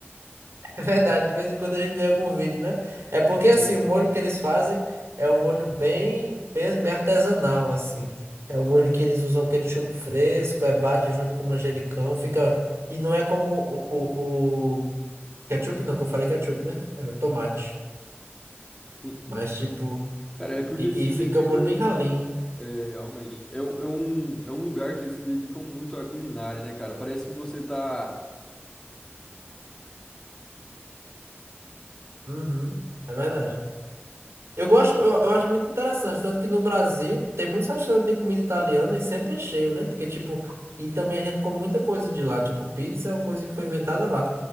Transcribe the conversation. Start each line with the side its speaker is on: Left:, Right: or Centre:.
Right: É verdade, de vez em quando a gente vê algum vídeo, né? É porque assim,
Left: <laughs> Sim,
Right: o molho que eles fazem é um molho bem bem, bem artesanal assim. É o molho que eles usam ketchup fresco, é bate junto com manjericão, fica e não é como o, o, o- Ketchup não, que eu falei ketchup, né? É o tomate.
Left: sim.
Right: Mas, tipo,
Left: Cara, é porque
Right: e,
Left: eles se
Right: e fica
Left: dedicam.
Right: um molho bem ralinho.
Left: É, realmente. É, um- é um, é um lugar que eles se dedicam muito à culinária, né, cara? Parece que você tá.
Right: Uhum, é verdade. Eu gosto, eu, eu acho muito interessante. Tanto que no Brasil tem muitos restaurantes de comida italiana e sempre é cheio, né? Porque, tipo, e também a gente come muita coisa de lá. Tipo, pizza é uma coisa que foi inventada lá.